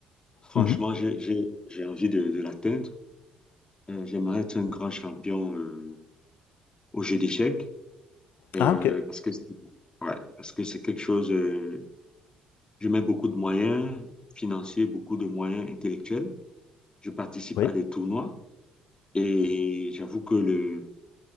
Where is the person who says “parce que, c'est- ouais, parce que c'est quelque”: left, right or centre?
Left